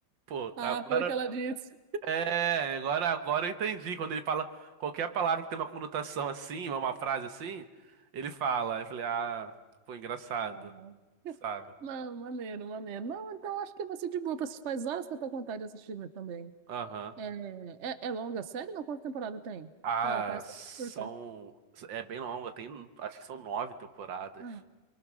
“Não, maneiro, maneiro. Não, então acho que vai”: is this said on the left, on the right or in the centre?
Right